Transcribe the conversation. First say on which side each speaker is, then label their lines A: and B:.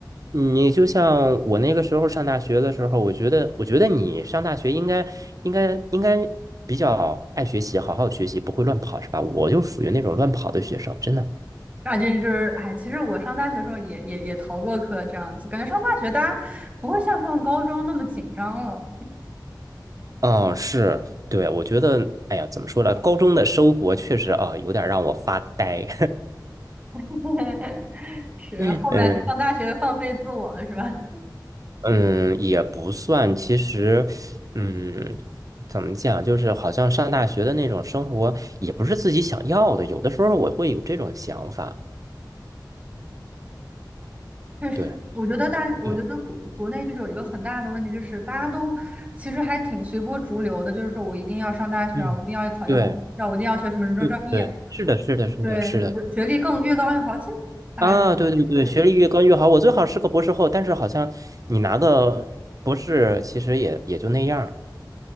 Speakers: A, on the right; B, on the right.
A: 你就像我那个时候上大学的时候，我觉得，我觉得你上大学应该应该应该比较爱学习，好好学习，不会乱跑，是吧？我就属于那种乱跑的学生，真的。
B: 大这就是，哎，其实我上大学的时候也也也逃过课，这样子，感觉上大学大家不会像上高中那么紧张了。
A: 嗯，是，对，我觉得，哎呀，怎么说呢？高中的生活确实啊，有点让我发呆。
B: <laughs> 是，
A: <laughs>
B: 后面上大学放飞自我了，
A: 嗯。
B: 是吧？
A: 嗯，也不算。其实，嗯，怎么讲，就是好像上大学的那种生活，也不是自己想要的。有的时候我会有这种想法。
B: 确实，
A: 对，
B: 我觉得大，我觉得国国内就是有一个很大的问题，
A: 嗯
B: 就是大家都其实还挺随波逐流的，就是说我一定要上大学啊，
A: 嗯，
B: 我一定要考一个好学校，
A: 对
B: 我一定要学什么什么专业，
A: 对对，是的，是的，是的，
B: 对，
A: 是的。
B: 学学历更越高越好。其实，哎，
A: 啊，对对对，
B: 对
A: 学历越高越好。我最好是个博士后，但是好像你拿个博士，其实也也就那样儿。